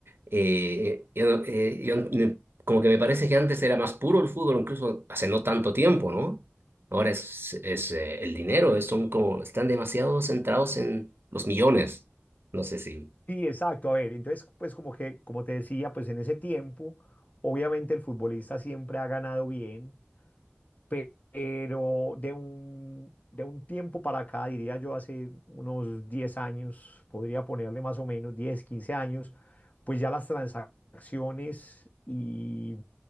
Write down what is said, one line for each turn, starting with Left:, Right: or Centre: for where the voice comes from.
Right: Eh, yo, no- eh, yo no- como que me parece que antes era más puro el fútbol, incluso hace no tanto tiempo, ¿no? Ahora es, es eh, el dinero, es- son como, están demasiado centrados en los millones. No sé si,
Left: Sí, exacto. A ver, entonces pues como que, como te decía, pues en ese tiempo, obviamente el futbolista siempre ha ganado bien, pe- pero de un, de un tiempo para acá, diría yo hace unos 10 años, podría ponerle más o menos 10 15 años, pues ya las transacciones y,